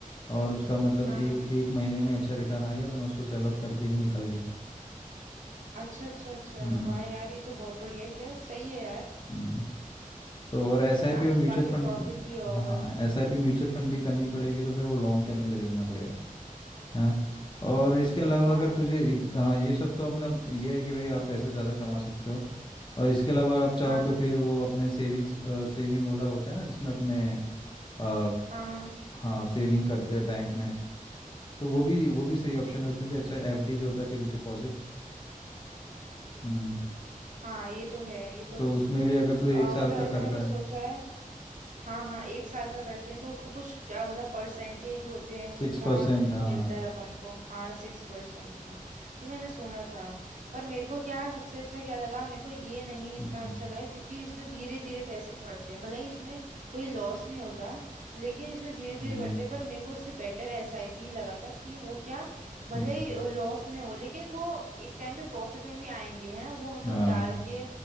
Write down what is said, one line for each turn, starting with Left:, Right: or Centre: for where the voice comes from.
Left: और उसका मतलब
Right: हाँ
Left: एक
Right: हाँ
Left: एक महीने में अच्छा रिटर्न आ गया तो मैं उसको सेल ऑफ करके भी निकल गया
Right: अच्छा अच्छा अच्छा
Left: हम्म
Right: वाह यार ये तो बहुत बढ़िया किया सही है यार
Left: हम्म तो और एसआईपी
Right: आपको
Left: और म्यूचुअल
Right: काफी
Left: फंड
Right: प्रॉफिट भी होगा
Left: हाँ एसआईपी म्यूचुअल फंड भी करनी पड़ेगी तो फिर वो लॉन्ग टर्म के लिए देखना पड़ेगा है ना और इसके अलावा
Right: हाँ
Left: अगर तुझे इस हाँ ये सब तो मतलब ये है कि भाई आप पैसे ज़्यादा कमा सकते हो और इसके अलावा आप चाहो
Right: हाँ हाँ
Left: तो फिर वो अपने सेविंग्स सेविंग ओला होता है ना जिसमें अपने अ,
Right: हाँ हाँ
Left: हाँ सेविंग करते हैं बैंक में तो वो भी वो भी सही ऑप्शन है उसमें भी अच्छा एफडी जो होता है फिक्स डिपॉजिट हम्म
Right: हाँ ये तो है ये तो
Left: तो उसमें भी अगर तू एक
Right: अ,
Left: साल
Right: मतलब ऐसा
Left: का करता
Right: मैंने सोचा
Left: है
Right: है हाँ हाँ एक साल का करते हैं तो उसमें कुछ अ, मतलब परसेंटेज होते हैं
Left: सिक्स
Right: उतना
Left: परसेंट हाँ
Right: मिलता है अपन को हाँ सिक्स परसेंट हाँ ये मैंने सुना था पर मेरे को क्या सबसे अच्छा क्या लगा मेरे को ये नहीं
Left: हम्म
Right: इतना अच्छा लगा क्योंकि इसमें धीरे धीरे पैसे बढ़ते हैं भले ही इसमें कोई लॉस नहीं होता लेकिन इसमें धीरे धीरे
Left: हम्म
Right: बढ़ते हैं, पर मेरे को इससे बेटर एसआईपी लगा था कि वो क्या भले
Left: हम्म
Right: ही लॉस में हो लेकिन वो एक टाइम पे प्रॉफिट में भी आएंगे है ना वो हम
Left: हाँ
Right: लोग डाल के